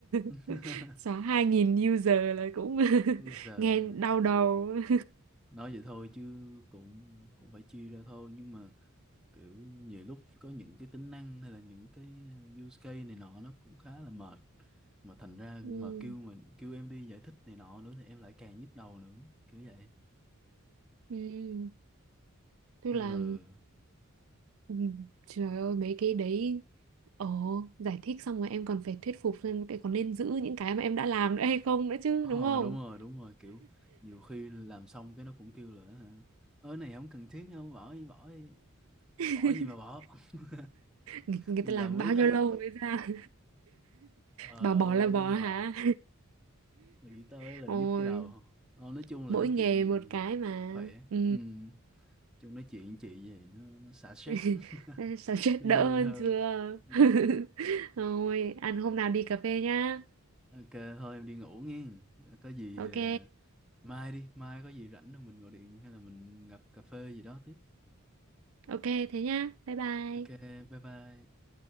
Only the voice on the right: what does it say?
<laughs> xóa 2.000 user là cũng <laughs>
nghe đau đầu. <laughs>
Ừ,
ừ, tức
là
ừ, trời ơi mấy cái đấy ồ giải thích xong rồi em còn phải thuyết phục xem cái có nên giữ những cái mà em đã làm nữa hay không nữa chứ
đúng không?
<laughs>
người, người
ta làm
bao
nhiêu lâu mới ra <laughs>
bà bỏ
là bỏ
hả
<laughs>
ôi
mỗi
nghề
một cái mà
ừ
<laughs>
sao chết
đỡ
hơn
chưa
<laughs> thôi ăn hôm nào đi cà phê nhá
ok
ok thế nhá bye bye